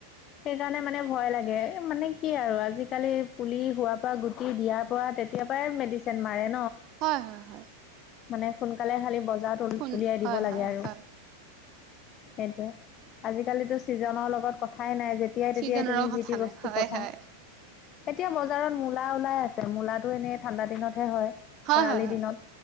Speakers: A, on the left; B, on the right.
A: সেইকাৰণে মানে ভয় লাগে মানে কি আৰু আজিকালি পুলি হোৱাৰ পৰা গুটি দিয়াৰ পৰা তেতিয় পৰাই মেডিিন মাৰেে
B: হয় হয় হয়
A: মানে সোনকালে খালি বজাৰত
B: শুন
A: উলিয়াই দিব
B: হয়
A: লাগে
B: হয়
A: আৰু
B: হয়
A: সেইটোৱে আজিকালিতো ছিজনৰ লগত কথাই নাই যেতিয়াই তেতিয়াই
B: ছিজনৰৰ
A: তুমি
B: কথা
A: যি টি
B: নাই
A: বস্তু
B: হয়
A: পাবা
B: হয়
A: এতিয়া বজাৰত মূলা ওলাই আছে তে মূলাটো এনেই ঠাণ্ডা দিনতহে হয়
B: হয়
A: খৰালি
B: হয়
A: দিনত
B: হয়